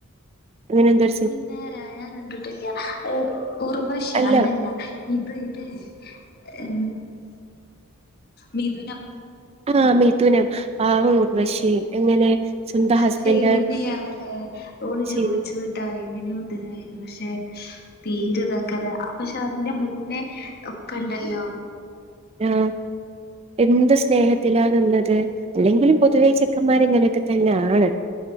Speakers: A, on the right; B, on the left.
A: അങ്ങനെന്തോ
B: മിന്നാരോ ഞാൻ കണ്ടിട്ടില്ല ഹ് ഊർവശിയോ
A: അല്ല
B: അല്ലല്ല ഇത് ഇത് ഏ മിഥുനം
A: ആഹ മിഥുനം പാവം ഉർവശി എങ്ങനെ സ്വന്തം ഹസ്ബൻഡ്
B: ശരി അങ്ങല്ലെ ഓള്
A: ശരി
B: ചോദിച്ചു ടൈമിനും ഇതിനായി, പക്ഷേ തീരെ ഇതാകാതെ പക്ഷെ അതിന്റെ മുന്നേ ഒക്കെ ഉണ്ടല്ലോ
A: ആഹ എന്ത് സ്നേഹത്തിലാ നിന്നത് അല്ലെങ്കിലും പൊതുവേ ചെക്കന്മാർങ്ങനെയൊക്കെ തന്നെയ ആണ്